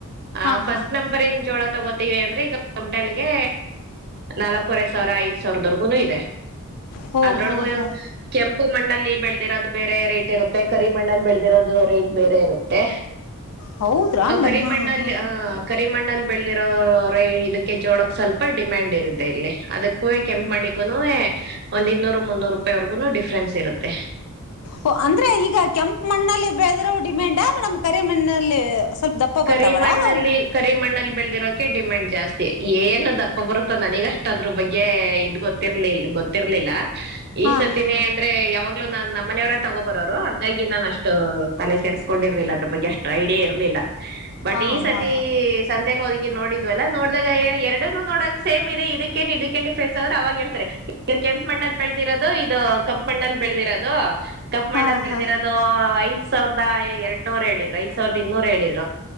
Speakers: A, on the right; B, on the left.
A: ಆ
B: ಹಾ
A: ಫಸ್ಟ್
B: ಹಾ ಹಾ
A: ನಂಬರ್ ಇನ್ ಜೋಳ ತಗೋ ವಿ ಅಂದ್ರೆ ಈಗ ಕಂಟೆಲ್ಗೆ ನಾಲ್ಕೂವರೆ ಸಾವಿರ ಐ್ ಸಾವಿರದವರ್ಗುನು ಇದೆ
B: ಹೋ
A: ಅದ್ರೊಳಗೂ
B: ಹೋ ಹೋ
A: ಕೆಂಪ ಉಪ್ಪು ಮಣ್ಣಲ್ಲಿ ಬೆಳೆದಿರೋದು ಬೇರೆ ರೇಟ್ ಇರುತ್ತೆ ಕರಿ ಮಣ್ಣಲ್ಲಿ ಬೆಳೆಿರೋದು ರೇಟ್ ಬೇರೆ ಇರುತ್ತೆ
B: ಹೌದ್ರಾ ಮೇಡಮ್
A: ಕರಿಮಣ್ಣಲ್ಲಿರಿ
B: ಹಾ ಹಾ
A: ಕರಿಮಣ್ಣಲ್ಲಿ ಬೆಳೆದಿರೋ ಇದಕ್ಕೆ ಜೋಳಕ್ ಸ್ವಲ್ಪ ಡಿಮ್ಯಾಂಡ್ ಇದೆ ಇಲ್ಲಿ ಅದಕ್ಕೂ ಕೆಂಪ ಮಣ್ಣಿಗು ಒಂದ್ ಇನ್ನೂರು ಮುನ್ನೂರು ರೂಪಾಯಿವರ್ಗು ಡಿಫ್ರೆನ್ಸ್ ಇರುತ್ತೆ
B: ಓ ಅಂದ್ರೆ ಈಗ ಕೆಂಪ ಮಣ್ಣಲ್ಲಿ ಬೆಳೆದ್ರ ಡಿಮ್ಯಾಂಡ್ಾ ಮೇಡಮ್ ಕರಿ ಮಣ್ಣಲ್ಲಿ ಸ್ವಲ್ಪ ದಪ್ಪ
A: ಕರಿಮಣ್ಣಲ್ಲಿ
B: ಬರ್ತಾವರಾ ಅವು
A: ಕರಿಮಣ್ಣಲ್ಲಿ ಬೆಳೆದಿರೋಕೆ ಡಿಮ್ಯಾಂಡ್ ಜಾಸ್ತಿ ಏನು ದಪ್ಪ ಬರುತ್ತೋ ನನಗಷ್ಟ ಅದ್ರ ಬಗ್ಗೆ ಇದ್ ಗೊತ್ತಿರ್ಲಿಲ್ಲ ಗೊತ್ತಿರ್ಲಿಲ್ಲ ಈ
B: ಹಾ
A: ಸತ್ತಿನೇ
B: ಹಾ ಹಾ
A: ಅಂದ್ರೆ ಯಾವಾಗ ಇ ನಮ್ಮನೆಯವರೇ ತಗೋ ಬರೋರು ಹಾಗಂಗಾಗಿ ನಾನು ಅಷ್ಟು ತಲೆ ಸೇಸ್ಕೊಂಡಿರ್ಲಿಲ್ಲ ಅದ್ರ ಬಗ್ಗೆಷ್ಟ ಐಡಿಯಾ ಇರ್ಲಿಲ್ಲ ಬಟ್
B: ಹಾ
A: ಈ ಸತಿ
B: ಹಾ
A: ಸಂತೆನ ಒದಗಿ ನೋಡಿದ್ದ ಇದುಲ್ಲ ನೋಡ್ದಾಗ ಎರಡ ನೋಡಕ್ ಸೇಮ್ ಇದೆ ಇದಕ್ಕ ಏನ್ ಇದಕ್ಕ ಏನ್ ಡಿಫ್ರೆನ್ಟ್ಸ್ ಆದ್ರೆ ಅವಾಗ ಹೇಳ್ತಾರೆ ಇ ಕೆಂಪು ಮಣ್ಣಲ್ಲಿ ಬೆಳದಿರೋದು ಇದು ಕಪ್ ಮಣ್ಣಲ್ಲಿ ಬೆಳೆದಿರೋದು ತಪ್ಪ
B: ಹಾ
A: ಮಣ್ಣಲ್
B: ಹಾ
A: ಬೆಳದಿರ
B: ಹಾ
A: ಅದು ಐ ಸಾವಿರದ ಎರಡ್ ನೂರ ಹೇಳಿದ್ರ ಸಾವಿದ ಇನ್ನೂರು ಹೇಳರು